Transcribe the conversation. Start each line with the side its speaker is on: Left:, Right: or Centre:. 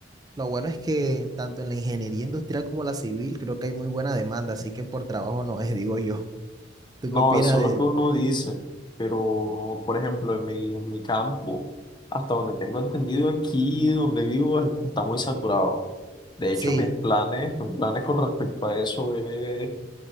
Right: Lo bueno es que tanto en la ingeniería industrial como la civil creo que hay muy buena demanda, así que por trabajo no es, <laughs> digo yo. ¿Tú
Left: No,
Right: qué opinas
Left: eso es
Right: de,
Left: lo que uno
Right: de-
Left: dice, pero por ejemplo, en mi, en mi campo, hasta donde tengo entendido aquí, donde vivo, es- está muy saturado. De hecho,
Right: Sí.
Left: mis planes, mis planes con respecto a eso es,